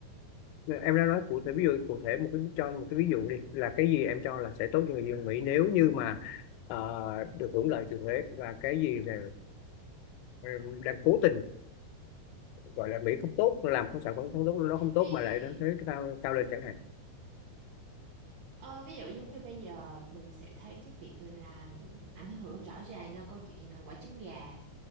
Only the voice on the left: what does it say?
Em đã nói cụ thể ví dụ cụ thể một cái cho một cái ví dụ đi là cái gì em cho là sẽ tốt cho người dân Mỹ nếu như mà ờ, được hưởng lợi từ thuế và cái gì là ờ, đang cố tình gọi là Mỹ không tốt làm không sản phẩm không tốt nó không tốt
mà lại đánh thuế cái cao cao lên chẳng hạn.